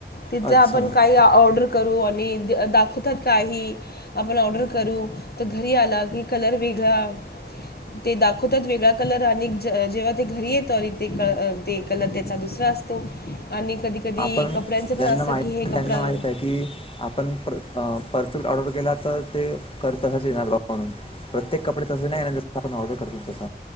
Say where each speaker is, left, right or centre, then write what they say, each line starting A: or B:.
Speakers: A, on the left; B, on the left.
A: तिथल्या
B: अच्छा
A: आपण काही ऑर्डर करू. मी दाखवतात काही आपण ऑर्डर करू, तर घरी आला की, कलर वेगळा ते दाखवतात वेगळा कलर आणि ज जेव्हा ते घरी येतो आणि ते क ते कलर त्याचा दुसरा असतो आणि कधी कधी
B: आपण
A: कपड्यांचं पण
B: ज्यांना
A: असं
B: माह
A: की हे
B: त्यांना
A: कपडं
B: माहित आहे की आपण ऑर्डर के तर ते कर तसच येणार म्हणून प्रत्येक कपडे तस नाही येणार जस आपण ऑर्डर करतो तस